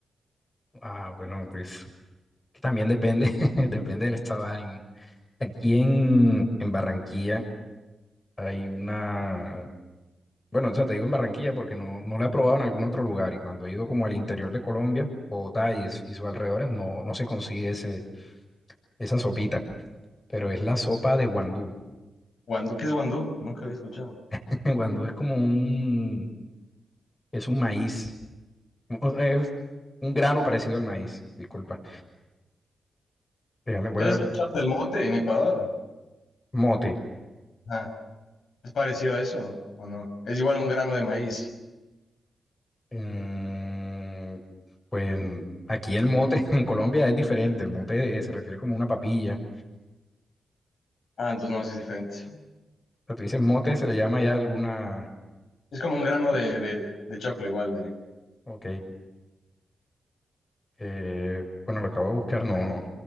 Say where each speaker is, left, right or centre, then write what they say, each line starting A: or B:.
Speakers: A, on the left; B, on the left.
A: Ah, bueno, pues también depende, <laughs> depende del estado de ánimo. Aquí en, en Barranquilla. Hay una, bueno, o sea, te digo en Barranquilla porque no, no la he probado en algún otro lugar y cuando he ido como al interior de Colombia, Bogotá y, es- y sus alrededores, no, no se consigue ese, esa sopita, pero es la sopa de guandú.
B: Guandú, ¿qué es guandú? Nunca había escuchado.
A: <laughs> Guandú es como un, es un maíz, o es un grano parecido al maíz, disculpa. Déjame, voy
B: Entonces,
A: a,
B: escuchaste el mote en Ecuador?
A: mote.
B: Ah, ¿es parecido a eso o no? Es igual un grano de maíz.
A: Mm, pues aquí el mote <laughs> en Colombia es diferente, el mote eh, se refiere como una papilla.
B: Ah, entonces no, sí es diferente.
A: O sea, tú dices mote, se le llama ya alguna...
B: Es como un grano de, de, de choclo igual de...
A: Ok. Eh, bueno, lo acabo de buscar, no, no,